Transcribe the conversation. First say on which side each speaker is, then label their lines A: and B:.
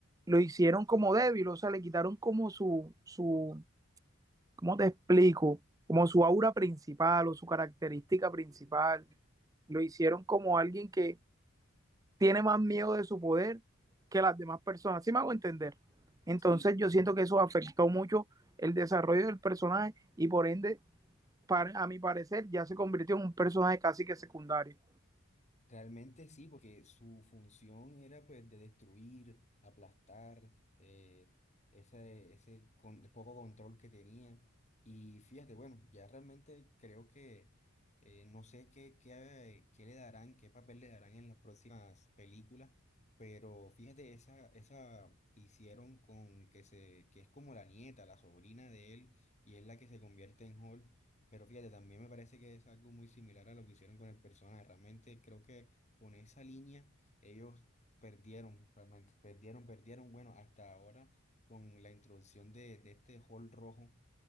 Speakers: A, on the right (about 15°); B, on the left (about 30°).
A: Lo hicieron como débil, o sea, le quitaron como su, su, ¿Cómo te explico? Como su aura principal o su característica principal, lo hicieron como alguien que tiene más miedo de su poder que las demás personas. ¿Sí me hago entender? Entonces
B: Sí.
A: yo siento que eso afectó mucho el desarrollo del personaje y por ende, para- a mi parecer, ya se convirtió en un personaje casi que secundario.
B: Realmente sí, porque su función era pues de destruir, aplastar, eh, ese, ese con- poco control que tenía. Y fíjate, bueno, ya realmente creo que eh, no sé qué, qué, qué le darán, qué papel le darán en las próximas películas, pero fíjate esa, esa que hicieron con que se, que es como la nieta, la sobrina de él, y es la que se convierte en Hulk. Pero fíjate, también me parece que es algo muy similar a lo que hicieron con el personaje. Realmente creo que con esa línea ellos perdieron, realmente, perdieron, perdieron. Bueno, hasta ahora con la introducción de, de este Hall rojo